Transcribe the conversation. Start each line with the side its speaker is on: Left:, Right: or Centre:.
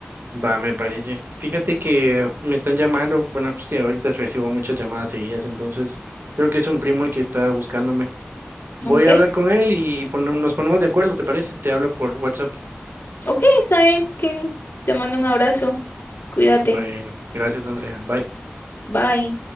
Right: Va, me parece. Fíjate que me están llamando. Bueno, pues que ahorita recibo muchas llamadas seguidas, entonces creo que es un primo el que está buscándome. Voy
Left: Ok,
Right: a hablar con él y pone- nos ponemos de acuerdo, ¿te parece? Te hablo por WhatsApp.
Left: ok, está bien, Kevin. Te mando un abrazo. Cuídate.
Right: Bueno, gracias, Andrea. Bye.
Left: Bye.